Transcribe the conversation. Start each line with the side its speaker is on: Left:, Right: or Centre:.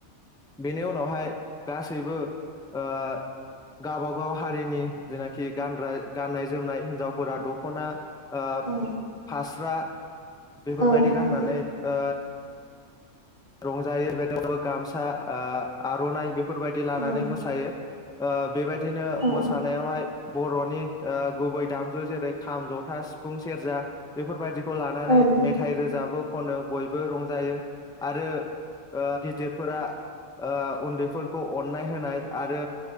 Centre: बेनि उनावहाय गासैबो ओ गाबागाव हारिनि जेनाखि गानग्रा गाननाय जोमनाय हिनजावफोरा दख'ना ओ
Right: औ
Centre: फास्रा बेफोरबायदि
Right: औ नंगौ
Centre: गाननानै ओ रंजायो <unintelligible> गामसा ओ आर'नाइ बे फोरबायदि लानानै
Right: औ
Centre: मोसायो। ओ बेबाय दिनो
Right: औ
Centre: मोसानायावहाय बर'नि ओ गुबै दामजु जेरै खाम, जथा, सिफुं, सेरजा बेफोरबायदिखौ लानानै
Right: औ नंगौ
Centre: मेथाइ रोजाबो खनो बयबो रंजायो। आरो ओ गिदिरफोरा ओ उन्दैफोरखौ अन्नाय होनाय आरो